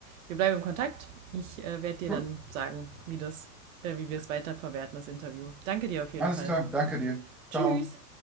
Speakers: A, on the right (about 55°); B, in the centre.
A: wir bleiben im Kontakt. Ich äh, werde dir
B: Gut,
A: dann sagen, wie, das, äh, wie wir es weiterverwerten, das Interview. Danke dir auf jeden
B: alles
A: Fall.
B: klar, danke dir.
A: Tschüss.
B: Ciao.